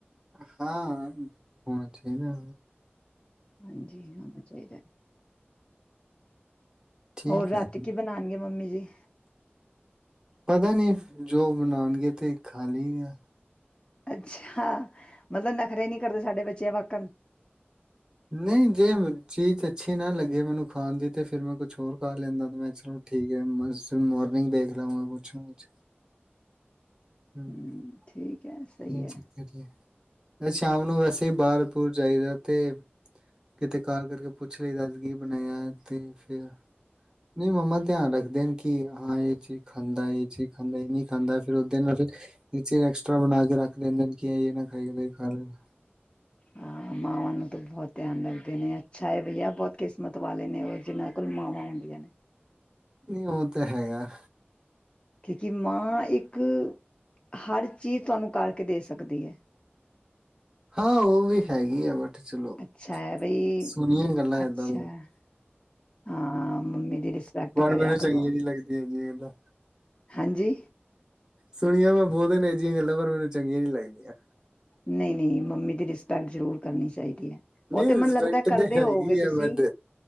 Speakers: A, on the right; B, on the left.
A: ਹਾਂ ਹੁਛ ਨਾ
B: ਹਾਂਜੀ ਹੋਣਾ ਚਾਹੀਦਾ
A: ਠੀਕ
B: ਹੋਰ ਰਾਤੀ
A: ਹੈ
B: ਕੀ ਬਣਾਉਣਗੇ ਮੰਮੀ ਜੀ
A: ਪਤਾ ਨੀ ਜੋ ਬਣਾਉਣਗੇ ਤਾਂ ਖਾਲੀ ਆ ਆ
B: ਅੱਛਾ ਮਤਲਬ ਨਖਰੇ ਨੀ ਕਰਦੇ ਸਾਡੇ ਬੱਚੇ ਜ ਵਕਮ
A: ਨਹੀਂ ਜੇ ਚੀਜ਼ ਅੱਛੀ ਨਾ ਲੱਗੇ ਮੈਨੂੰ ਖਾਣ ਦੀ ਤੇ ਫਿਰ ਮੈਂ ਕੁਛ ਹੋਰ ਖਾ ਲੈਂਦਾ ਮੈਂ ਚਲੋ ਠੀਕ ਹੈ ਮ ਮੋਰਨਿੰਗ ਦੇਖ ਲਵਾਂਗਾ ਕੁਛ ਨਾ ਕੁਛ ਹੂੰ,
B: ਹਮ ਠੀਕ ਹੈ ਸਹੀ
A: ਇਹ
B: ਹੈ
A: ਚੱਕਰ ਹੀ ਸ਼ਾਮ ਨੂੰ ਵੈਸੇ ਹੀ ਬਾਹਰ ਬਰ ਜਾਈਦਾ ਤੇ ਕਿਤੇ ਕਾਲ ਕਰਕੇ ਪੁੱਛ ਲਈ ਦਸੀ ਕੀ ਬਣਾਇਆ ਤੇ ਫਿਰ ਨਹੀਂ ਮੰਮਾ ਧਿਆਨ ਰੱਖਦੇ ਨੇ ਕਿ ਹਾਂ ਇਹ ਚੀਜ਼ ਖਾਂਦਾ ਇਹ ਚੀਜ਼ ਖਾਂਦਾ ਹੀ ਨਹੀਂ ਖਾਂਦਾ ਫਿਰਰ ਇਹ ਚੀਜ਼ ਐਕਸਟ੍ਰਾ ਬਣਾ ਕੇ ਰੱਖ ਲੈਂਦੇ ਨੇ ਕਿ ਆ ਇਹ ਨਾ ਖਾਏਗਾ ਤੇ ਇਹ ਖਾ ਲਏਗਾ।
B: ਹਾਂ ਮਾਵਾਂ ਨੂੰ ਬਹੁਤ ਧਿਆਨ ਰੱਖਦੇ ਨੇ ਅੱਛਾ ਹੈ ਬਈਆ ਬਹੁਤ ਕਿਸਮਤ ਵਾਲੇ ਨੇ ਉਹ ਜਿਹਨਾਂ ਕੋਲ ਮਾਵਾਂ ਹੁੰਦੀਆਂ ਨੇ
A: ਨਹੀਂ ਉਹ ਤਾਂ ਹੈਗਾ
B: ਕਿਉੰਕਿ ਮਾਂ ਇੱਕ ਹਰ ਚੀਜ਼ ਤੁਹਾਨੂੰ ਕਰਕੇ ਦੇ ਸਕਦੀ ਹੈ
A: ਹਾਂ ਉਹ ਵੀ ਹੈਗੀ ਆ ਬਟ ਚਲੋ
B: ਅੱਛਾ ਹੈ ਬਈ,
A: ਸੋਹਣੀਆਂ ਗੱਲਾਂ
B: ਅੱਛਾ
A: ਏਦਾਂ
B: ਹੈ। ਹਾਂ, ਮੰਮੀ ਦੀ ਰਿਸਪੈਕਟ ਕਰਿਆ
A: ਮੈਨੂੰ ਚੰਗੀਆਂ
B: ਕਰੋ।
A: ਨੀ ਲੱਗਦੀਆਂ ਦੀ ਗੱਲਾਂ
B: ਹਾਂਜੀ
A: ਸੁਣੀਆਂ ਮੈਂ ਬਹੁਤ ਨੇ ਜੀ ਗੱਲਾਂ ਪਰ ਮੈਨੂੰ ਚੰਗੀਆਂ ਨਹੀਂ ਲੱਗਦੀਆਂ
B: ਨਹੀਂ-ਨਹੀਂ, ਮੰਮੀ ਦੀ ਰਿਸਪੈਕਟ ਜ਼ਰੂਰ ਕਰਨੀ ਚਾਹੀਦੀ ਹੈ ਉਹ
A: ਨਹੀਂ
B: ਤੇ ਮੈਨੂੰ
A: ਰਿਸਪੈਕਟ
B: ਲੱਗਦਾ ਕਰਦੇ
A: ਤੇ ਹੈਗੀ
B: ਹੋਵੋਂਗੇ ਤੁਸੀਂ
A: ਆ ਬਟ